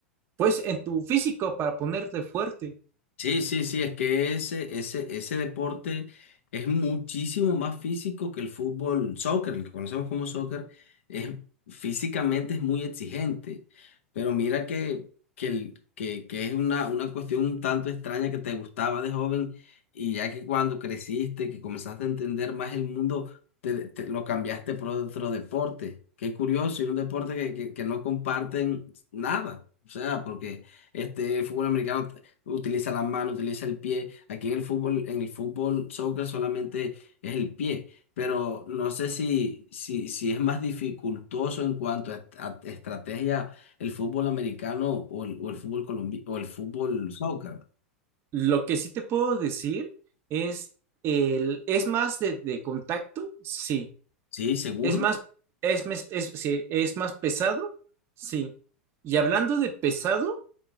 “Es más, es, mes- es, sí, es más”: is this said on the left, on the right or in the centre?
Right